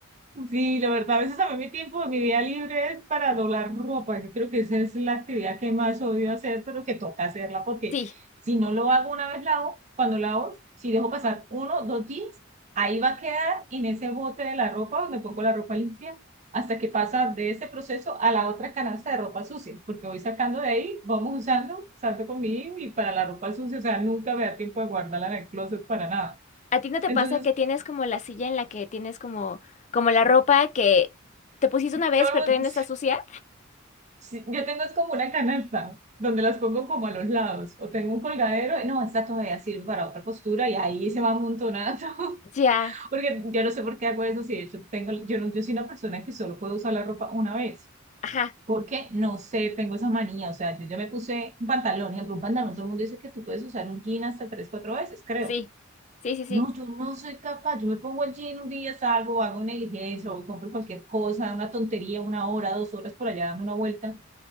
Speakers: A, on the right; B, on the left.
A: Sí, la verdad, a veces a mí mi tiempo, de mi día libre es para doblar ropa. Yo creo que esa es la actividad que más odio hacer, pero que toca hacerla porque
B: Sí.
A: si no lo hago una vez lavo, cuando lavo, si dejo pasar uno, dos días, ahí va a quedar en ese bote de la ropa donde pongo la ropa limpia hasta que pasa de ese proceso a la otra canasta de ropa sucia, porque voy sacando de ahí, vamos usando, salto con mi hijo y para la ropa sucia, o sea, nunca me da tiempo de guardarla en el closet para nada.
B: ¿A ti no te
A: Entonces,
B: pasa que tienes como la silla en la que tienes como, como la ropa que te pusiste una vez,
A: todo el
B: pero todavía
A: mundo,
B: no está sucia?
A: Sí, yo tengo es como una canasta donde las pongo como a los lados o tengo un colgadero, y no, esta todavía sirve para otra postura y ahí se va amontonando, <laughs>
B: Ya,
A: porque yo no sé por qué hago eso, si de hecho tengo, yo, no, yo soy una persona que solo puedo usar la ropa una vez,
B: ajá,
A: porque no sé, tengo esa manía, o sea, yo ya me puse un pantalón, ejemplo, un pantalón, todo el mundo dice que tú puedes usar un jean hasta tres, cuatro veces, creo.
B: sí, sí, sí, sí.
A: No, yo no soy capaz, yo me pongo el jean un día, salgo, hago una diligencia o compro cualquier cosa, una tontería, una hora, dos horas por allá dando una vuelta